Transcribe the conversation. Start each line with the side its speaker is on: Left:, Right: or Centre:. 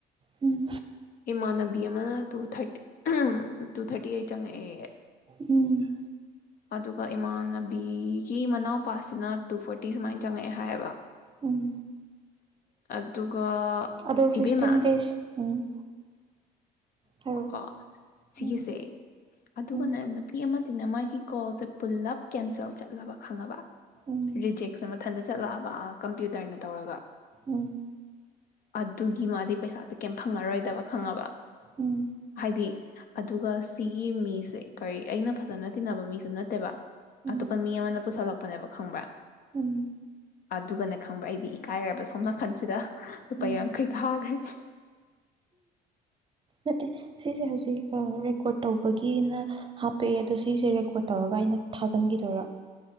Right: ꯎꯝ
Left: ꯏꯃꯥꯟꯅꯕꯤ ꯑꯃꯅ ꯇꯨ ꯊꯥꯔꯇꯤ ꯇꯨ ꯊꯥꯔꯇꯤ ꯑꯩ ꯆꯪꯉꯛꯑꯦꯌꯦ
Right: ꯎꯝ
Left: ꯑꯗꯨꯒ ꯏꯃꯥꯟꯅꯕꯤꯒꯤ ꯃꯅꯥꯎ ꯄꯥꯁꯁꯤꯅ ꯇꯨ ꯐꯣꯔꯇꯤ ꯁꯨꯃꯥꯏꯅ ꯆꯪꯉꯛꯑꯦ ꯍꯥꯏꯌꯦꯕ
Right: ꯎꯝ
Left: ꯑꯗꯨꯒ
Right: ꯑꯗꯣ ꯐꯤꯐꯇꯤꯟ
Left: ꯏꯕꯦꯝꯃꯥ
Right: ꯗꯦꯖ ꯎꯝ ꯍꯥꯏꯔꯛꯑꯣ
Left: ꯀꯣ ꯁꯤꯒꯤꯁꯦ
Right: ꯎꯝ
Left: ꯑꯗꯨꯒꯅꯦ
Right: ꯎꯝ
Left: ꯅꯨꯄꯤ ꯑꯃꯅ ꯃꯥꯒꯤ ꯀꯣꯜꯁꯦ ꯄꯨꯜꯂꯞ ꯀꯦꯟꯁꯦꯜ ꯆꯠꯂꯕ ꯈꯪꯉꯕ
Right: ꯎꯝ
Left: ꯔꯤꯖꯦꯛꯁꯦ ꯃꯊꯟꯇ ꯆꯠꯂꯛꯑꯕ ꯀꯝꯄ꯭ꯌꯨꯇꯔꯅ ꯇꯧꯔꯒ
Right: ꯎꯝ
Left: ꯑꯗꯨꯒꯤ ꯃꯥꯗꯤ ꯄꯩꯁꯥꯁꯦ ꯀꯩꯝ ꯐꯪꯉꯔꯣꯏꯗꯕ ꯈꯪꯉꯕ
Right: ꯎꯝ
Left: ꯍꯥꯏꯗꯤ ꯑꯗꯨꯒ ꯁꯤꯒꯤ ꯃꯤꯁꯦ ꯀꯔꯤ ꯑꯩꯅ ꯐꯖꯅ ꯇꯤꯟꯅꯕ ꯃꯤꯁꯨ ꯅꯠꯇꯦꯕ
Right: ꯎꯝ
Left: ꯑꯇꯣꯞꯄ ꯃꯤ ꯑꯃꯅ ꯄꯨꯁꯜꯂꯛꯄꯅꯦꯕ ꯈꯪꯕ꯭ꯔꯥ
Right: ꯎꯝ
Left: ꯑꯗꯨꯒꯅꯦ ꯈꯪꯕ꯭ꯔꯥ ꯑꯩꯗꯤ ꯏꯀꯥꯏꯔꯕ ꯁꯣꯝ ꯅꯥꯀꯟꯁꯤꯗ ꯂꯨꯄꯥ
Right: ꯎꯝ
Left: ꯌꯥꯡꯈꯩ ꯊꯥꯈ꯭ꯔꯦ
Right: ꯅꯠꯇꯦ ꯁꯤꯁꯦ ꯍꯧꯖꯤꯛ ꯔꯦꯀꯣꯔꯠ ꯇꯧꯕꯒꯤꯅ ꯍꯥꯞꯄꯛꯦ ꯑꯗꯣ ꯁꯤꯁꯦ ꯔꯦꯀꯣꯔꯠ ꯇꯧꯔꯒ ꯑꯩꯅ ꯊꯥꯖꯤꯟꯈꯤꯗꯣꯏꯔꯣ